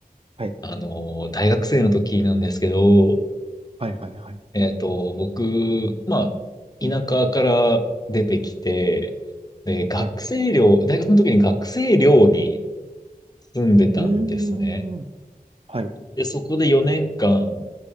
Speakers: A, on the right (about 40°); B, on the left (about 25°).
A: はい、
B: あの、大学生の時なんですけど、
A: はい、はい、はい。
B: えーっと、僕、まあ、田舎から出てきて、で、学生寮、
A: はい。
B: 大学の時に学生寮に住んでたんですね。
A: うーん。はい、
B: で、そこで4年間、